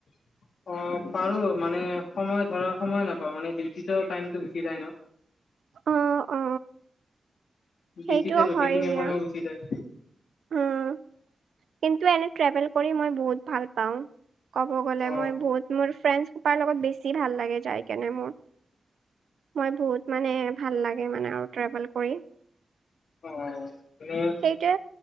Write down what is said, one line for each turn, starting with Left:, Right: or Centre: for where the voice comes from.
Left: <inaudible> অ', পাৰো মানে সময় ধৰা সময় নাপাও, মানে ডিউটি টাইমতটো গুচি যায় ন।
Right: অ', অ।
Left: ডিউটিতে
Right: সেইটো
Left: গোটেইখিনি
Right: হয় দিয়া।
Left: সময় গুচি যায়।
Right: উম, কিন্তু এনে ট্ৰেভেল কৰি মই বহুত ভাল পাওঁ। ক'ব গ'লে,
Left: অ
Right: মই বহুত মোৰ ফ্ৰেণ্ড কোপাৰ লগত বেছি ভাল লাগে, যাই কেনে মোৰ। মই বহুত মানে ভাল লাগে মানে আৰু ট্ৰেভেল কৰি।
Left: অ', অ', মানে
Right: সেইটোৱে,